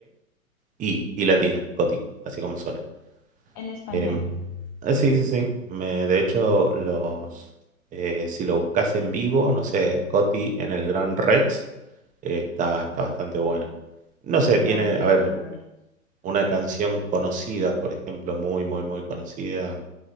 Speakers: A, on the right; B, on the left.
A: y latina, Coti, así como suena.
B: En español.
A: Em, eh, sí, sí, sí. Me, de hecho, los, eh, si lo buscas en vivo, no sé, Coti en el Gran Rex. eh, está, está bastante bueno. No sé, tiene,
B: Ay, voy
A: a ver,
B: a verlo ahora.
A: una canción conocida, por ejemplo, muy, muy, muy conocida,